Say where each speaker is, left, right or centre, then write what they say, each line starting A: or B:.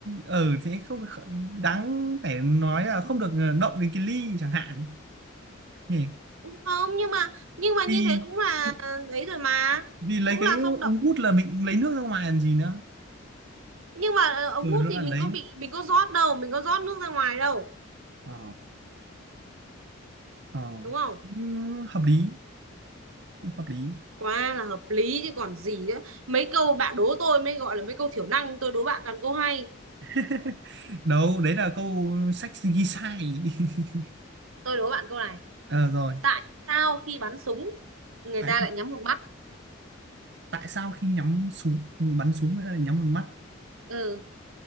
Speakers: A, on the right; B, on the right.
A: ở thế không kh- đáng phải nói là không được ờ, động đến cái ly chẳng hạn nhỉ
B: không nhưng mà nhưng mà
A: vì
B: như thế cũng là
A: vì
B: đấy rồi mà
A: vì lấy
B: cũng
A: cái
B: là không động
A: ống hút là mình lấy nước ra ngoài làm gì nữa
B: nhưng mà ờ, ống
A: ừ
B: hút
A: nó
B: thì
A: là
B: mình
A: lấy
B: có bị mình có rót đâu mình có rót nước ra ngoài đâu
A: ờ ờ
B: đúng không
A: ừ, hợp lý cũng hợp lý
B: quá là hợp lý chứ còn gì nữa mấy câu bạn đố tôi mới gọi là mấy câu thiểu năng tôi đố bạn toàn câu hay
A: <laughs> đâu đấy là câu sách ghi sai <laughs>
B: tôi đố bạn câu này
A: ờ rồi
B: tại sao khi bắn súng người
A: tại
B: ta lại nhắm một mắt
A: tại sao khi nhắm súng bắn súng lại là nhắm vào mắt
B: ừ